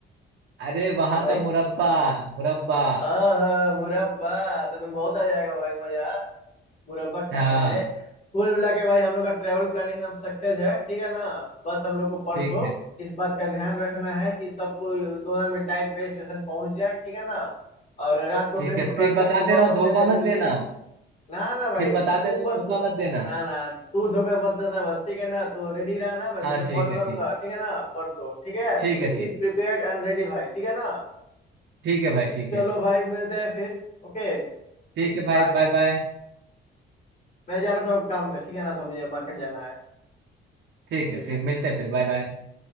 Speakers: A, on the right (about 65°); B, on the left (about 35°).
A: अरे वहां
B: हाँ भाई
A: का मुरब्बा मुरब्बा
B: आह मुरब्बा तो, तो बहुत आ जाएगा भाई मजा मुरब्बा खाने
A: हाँ
B: में कुल मिला के भाई हम लोग का ट्रेवल प्लानिंग एकदम सक्सेस है ठीक है ना बस हम लोग को परसों
A: ठीक है
B: इस बात का ध्यान रखना है कि सबको दोनों में टाइम पे स्टेशन पहुंच जाए ठीक है ना और रात को
A: ठीक
B: ट्रेन
A: है
B: पकड़
A: फिर
B: के
A: बता
B: सुबह
A: दे रहा
B: पहुंचा
A: हूँ धोखा
B: जाए दिल्ली
A: मत देना
B: ना ना भाई
A: फिर बता
B: तू
A: दे रहा हूँ
B: बस
A: धोखा
B: दो-
A: मत देना
B: ना ना तू धोखा मत देना बस ठीक है ना तो रेडी रहना मैं
A: हाँ
B: तुझे कॉल
A: ठीक है
B: करूंगा
A: ठीक
B: ठीक है ना परसों ठीक है
A: ठीक
B: तो बी
A: है ठीक
B: प्रिपेयर्ड एंड रेडी भाई ठीक है ना
A: ठीक है भाई ठीक
B: चलो
A: है
B: भाई मिलते हैं फिर Okay
A: ठीक है
B: bye
A: भाई बाय बाय
B: मैं जा रहा था काम से ठीक है ना तो मुझे मार्केट जाना है
A: ठीक
B: ठीक
A: है फिर
B: है
A: मिलते हैं फिर बाय बाय